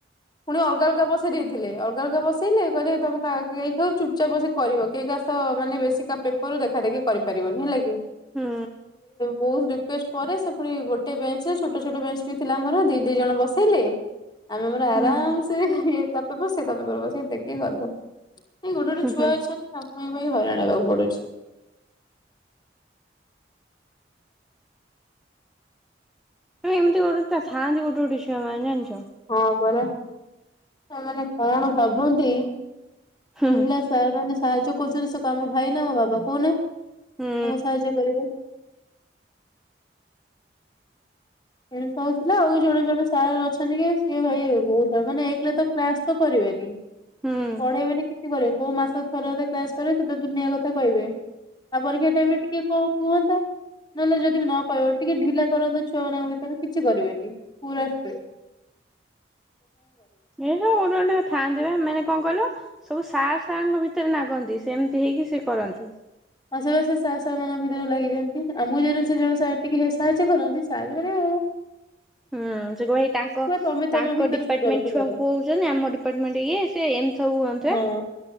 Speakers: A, on the left; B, in the centre.
A: ପୁଣି ଅଲଗା ଅଲଗା ବସେଇ ଦେଇଥିଲେ ଅଲଗା ଅଲଗା ବସେଇଲେ କହିଲେ ତମେ କା କେ କୁ ଚୁପଚାପ ବସି କରିବ। କେହି କା ଶହ ମାନେ ବେଶୀ କା ପେପରରୁୁ ଦେଖା ଦେଖି କରିପାରିବନି ହେଲା କି।
B: ହୁଁ
A: ବହୁତୁ ରିକୁଷ୍ଟ୍ ପରେ ସେ ପୁଣି ଗୋଟେ ବେଞ୍ଚ ରେ ଛୋଟ ଛୋଟ ବେଞ୍ଚ ବି ଥିଲା ଆମର ଦି ଦି ଜଣ ବସେଇଲେ ଆମେ ଆମର
B: ହୁଁ।
A: ଆରାମ ସେ ଇଏ ତାପେ ସେ ତାପେ ପବ ସେଇ ଦେଖିକି ଗଲୁ। ଏଇ ଗୋଟେ ଗୋଟେ
B: ହୁଁ
A: ଛୁଆ
B: ହୁଁ
A: ଅଛନ୍ତି ତାପ ପାଇଁ ହଇରାଣ ହେବାକୁ ପଡୁଛି।
B: ଏମିତି ଗୋଟେ ଦି ଟା ଥାନ୍ତି ଗୋଟେ ଗୋଟେ ଛୁଆମାନେ ଜାଣିଛୁ?
A: ହଁ ପରା ସେମାନେ କଣ ଭାବନ୍ତି
B: ହୁଁ
A: ଓଲା ସାର ମାନେ ସାହାଯ୍ୟ କରୁଛନ୍ତି ସେ କଣ ଆମ ଭାଇ ନା ବାବା କହୁନ?
B: ହୁଁ
A: ଆମକୁ ସାହାଯ୍ୟ କରିବେ ଏମତି ସବୁ ଥିଲା ଆଉ ଜଣେ ଜଣେ ସାର୍ ଅଛନ୍ତି କି ସିଏ ଭାଇ ବହୁତୁ ମାନେ ଏକ ତ କ୍ଲାସ ତ କରିବେନି
B: ହୁଁ
A: ପଢେଇବେ ନା କିଛି କରିବେ କୋଉ ମାସ ଥରେ ଅଧେ କ୍ଲାସ କରିବେ ସେତ ଦୁନିଆ କଥା କହିବେ। ଆଉ ପରକ୍ଷା ଟାଇମ ରେ ଟିକେ କଉ- କୁହତ ନହେଲେ ଯଦି ବି ନ କହିବ ଟିକେ ଢିଲା କରନ୍ତ ଛୁଆ ମାନଙ୍କ ବି। କିଛି କରିବେନି ପୁରା ଷ୍ଟ୍ରିଟ୍।
B: ଏ ସବୁ ଗୋଟେ ଗୋଟେ ଥାଆନ୍ତି ବା ମାନେ କଣ କହିଲ ସବୁ ସାର୍ ସାରଙ୍କ ଭିତରେ ନାଗନ୍ତି ସେମିତି। ହେଇକି ସେ କରନ୍ତି।
A: ଆସେ ବାସେ ସାର୍ ସାର୍ ମାନଙ୍କ ଭିତରେ ଲାଗିଯାନ୍ତି ଆଉ ମୁଁ ଯେହୁ ସେ ଜଣ ସେ ଟିକେ ସାହାଯ୍ୟ କରନ୍ତି ସାହାଯ୍ୟ ମାନଉ-
B: <inaudible> ହୁଁ ସେ କ ଭାଇ ତାଙ୍କ
A: ତମେ ତମ
B: ତାଙ୍କ
A: ଭିତରେ
B: ଡିପାର୍ଟମେଣ୍ଟ
A: ବୁଝାବୁଝି
B: ଛୁଆଙ୍କୁ
A: କର
B: କହୁଛନ୍ତି ଆମ ଡିପାର୍ଟମେଣ୍ଟ ଇଏ ସେ- ହୋଉ ଆକା।
A: ହଁ